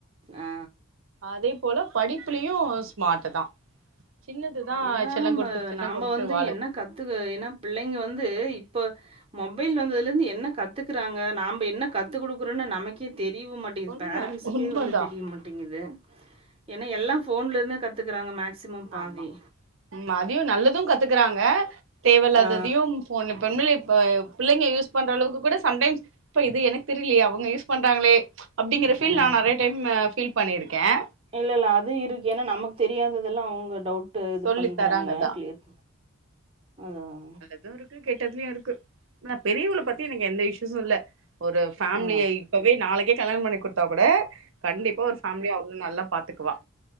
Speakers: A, on the right; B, on the right.
A: ஆ
B: அதே போல படிப்புலயும் ஸ்மார்ட் தா சின்னதுதா
A: ஏன்னா
B: செல்ல
A: ம
B: கொடுத்து செல்ல
A: நாம்ப
B: கொடுத்து
A: வந்து
B: வாழு
A: என்ன கத்துக்க என்னா பிள்ளைங்க வந்து இப்போ மொபைல் வந்ததுலேந்து என்ன கத் துக்றாங்க நாம்ப என்ன கத்து குடுக்குறோன்னு நமக்கே தெரியவு மாட்டிங்குது
B: உண்ம
A: பேரண்ட்ஸுக்கே
B: உண்மதா
A: வந்து தெரிய மாட்டிங்குது ஏன்ன எல்லாம் ஃபோன்ல இருந்தே கத்துக்குறாங்க மேக்சிமம் பாதி
B: ஆமா உம் அதையும் நல்லதும் கத்துக்குறாங்க தேவயில்லாததையும்
A: ஆ
B: ஃபோன்ல இப்ப உண்மையிலே இப்ப பிள்ளைங்க யூஸ் பண்ற அளவுக்கு கூட சம்டைம்ஸ் இப்ப இது எனக்கு தெரிலையே அவுங்க யூஸ் பண்றாங்ளே அப்டிங்கிற ஃபீல்
A: ஆ
B: நான் நறையா டைம் ம் ஃபீல் பண்ணியிருக்கேன்
A: இல்ல இல்ல அது இருக்கு ஏன்னா நமக்கு தெரியாததெல்லாம் அவுங்க டவுட் ட்டு இது
B: சொல்லி
A: பண்றாங்க
B: தராங்கதா
A: கிளியர் அதான்
B: நல்லதும் இருக்கு கெட்டதுலயும் இருக்கு ஆன பெரியவுல பத்தி எனக்கு எந்த இஷ்யூஸும் இல்ல ஒரு ஃபேமிலிய
A: ஆ
B: இப்பவே நாளைக்கே கல்யாணம் பண்ணி குடுத்தா கூட கண்டிப்பா ஒரு ஃபேமிலிய அவ்ளோ நல்லாப் பாத்துக்குவா